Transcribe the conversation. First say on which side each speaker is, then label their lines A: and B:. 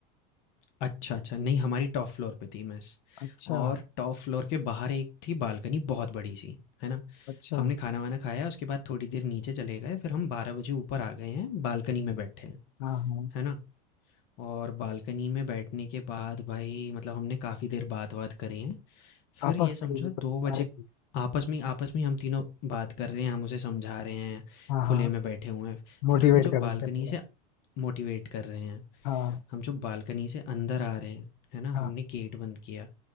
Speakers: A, on the left; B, on the left.
A: अच्छा, अच्छा नहीं हमारी टॉप फ्लोर पे थी मेस
B: अच्छा
A: और टॉप फ्लोर के बाहर एक थी बालकनी बहुत बड़ी-सी, है ना?
B: अच्छा
A: हमने खाना-वाना खाया उसके बाद थोड़ी देर नीचे चले गए फिर हम 12 बजे ऊपर आ गए हैं, बालकनी में बैठे हैं,
B: हाँ हाँ
A: है ना? और बालकनी में बैठने के बाद भाई मतलब हमने काफ़ी देर बात-वात करी है फिर
B: आपस
A: ये समझो
B: में ही मतलब
A: 2
B: सारे
A: बजे आपस में आपस में हम तीनों बात कर रहे हैं, हम उसे समझा रहे हैं,
B: हाँ
A: खुले
B: हाँ
A: में बैठे हुए हैं।
B: मोटिवेट
A: फिर हम जो
B: कर
A: बालकनी
B: रहे थे पूरा
A: से मोटिवेट कर रहे हैं,
B: हाँ
A: हम जो बालकनी से अंदर आ रहे हैं, है ना?
B: हाँ
A: हमने गेट बंद किया।